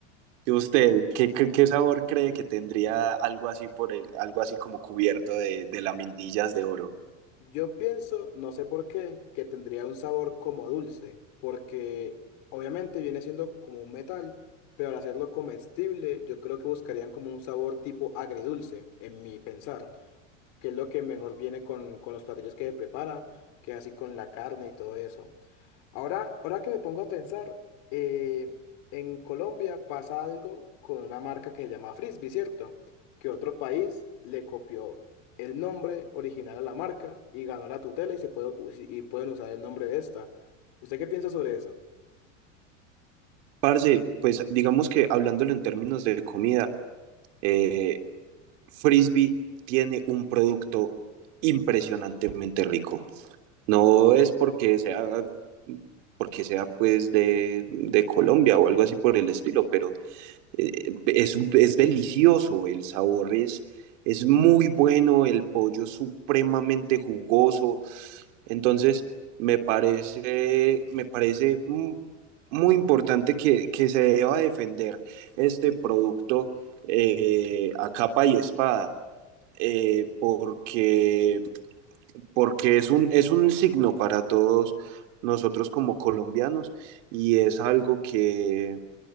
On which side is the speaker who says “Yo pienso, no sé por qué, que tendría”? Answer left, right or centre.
Left